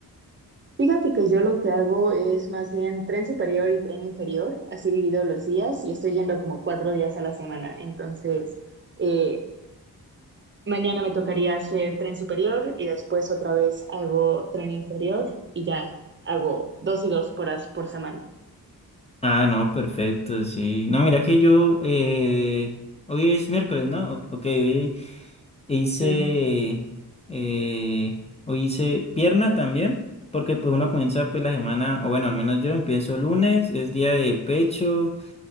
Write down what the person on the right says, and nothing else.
Fíjate que yo lo que hago es más bien tren superior y tren inferior, así divido los días y estoy yendo como cuatro días a la semana. Entonces, eh, mañana me tocaría hacer tren superior y después otra vez hago tren inferior y ya hago dos y dos por, as- por semana.
Mm,